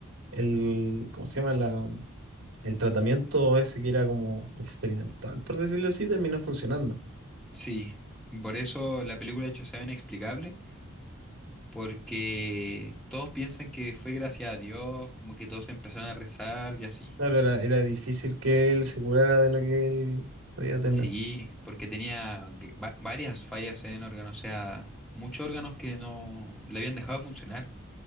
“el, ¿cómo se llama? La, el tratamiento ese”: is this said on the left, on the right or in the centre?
Right